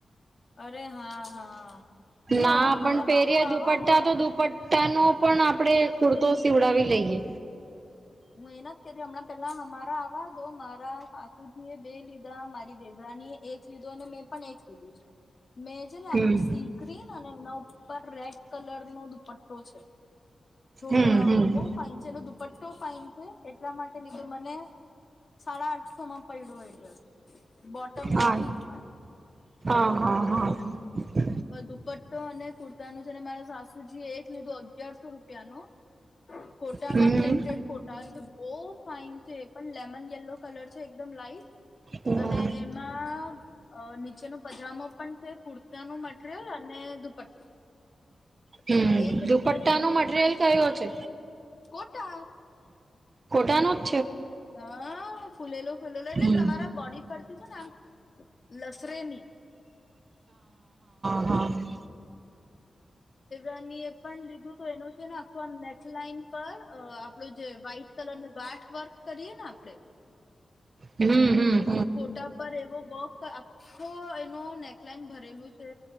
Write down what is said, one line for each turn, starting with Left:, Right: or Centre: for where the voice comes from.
Left: અરે, હા હા! જો
Right: ના,
Left: હમણાં
Right: પણ પેરી
Left: મારું આવા
Right: દુપટ્ટા
Left: દો
Right: તો દુપટ ટાનો પણ આપણે કુર્તો સીવડાવી લઈએ.
Left: હું એ ના કેતી, અમણાં પેલા હમારા આવવાદો. મારા સાસુજી એ બે લીધા, મારી દેવરાની એક લીધો અને મેં પણ એક લીધું છે. મેં છે ને આમ
Right: હમ્મ
Left: સી ગ્રીન અને એના ઉપર રેડ કલર નો દુપટ્ટો છે <inaudible> થોડું
Right: હમ્મ
Left: આમ
Right: હમ્મ
Left: બો ફઇન છે, એનો દુપટ્ટો એટલા માટે લીધુ, મને સાડા આઠસો માં પડ્યો એ ડ્રેસ. બોટમ
Right: હા
Left: નથી એ
Right: હા, હા, હા.
Left: દુપટ્ટો અને કુર્તાનું જેને મારા સાસુજી એ એક લીધું, અગારસો રૂપિયાનું. કોટામાં
Right: હમ્મ
Left: પ્રિન્ટેડ કોટા છે, બોવ ફાઈન છે, પણ લેમન યેલો કલર છે, એકદમ લાઈટ
Right: હમ્મ.
Left: અને એમા ચનો પજામો પણ છે, કુર્તાનું મટ રિયલ અને દુપટ્ટો પછી
Right: હમ્મ,
Left: એક
Right: દુપટ્ટા
Left: એમને પણ
Right: નો
Left: લીધું
Right: મટીરિયલ કયો છે?
Left: કોટા
Right: ખોટાનું..
Left: હા. ફૂલેલો ફૂલેલો, એટલે
Right: હમ
Left: તમારા બોડી પરથી છે ને, આમ લસરેની.
Right: હમ્.
Left: એની... પણ લીધું તો એનું છે ને. આખું આમ નેકલાઇન પર, આપણું જે વ્હાઈટ કલર નું ગાંઠ વર્ક કરીએ ને, આપણે...
Right: હમ્, હમ!
Left: ફોટા પર એવો વર્ક, આખો એનો નેકલાઈન ભરેલું છે,